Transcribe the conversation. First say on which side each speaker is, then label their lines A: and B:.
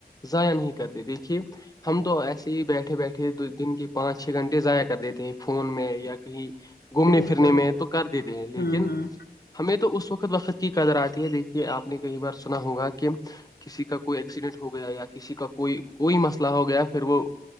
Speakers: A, on the left; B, on the left.
A: ضاائع نہیں کرتے دیکھیے ہم تو ایسے ہی بیٹھے بیٹھے دن کے پانچ چھ گھنٹے ضائع کر دیتے ہیں فون میں یا کہیں گھومنے
B: بالکل
A: پھرنے میں تو کر دیتے ہیں لیکن
B: ہاں ہاں
A: ہمیں تو اس وقت وقت کی قدر آتی ہے دیکھیے آپ نے کئی بار سنا ہوگا کہ کسی کا کوئی ایکسیڈینٹ ہو گیا یا کسی کا کوئی کوئی مسئلہ ہو گیا پھر وہ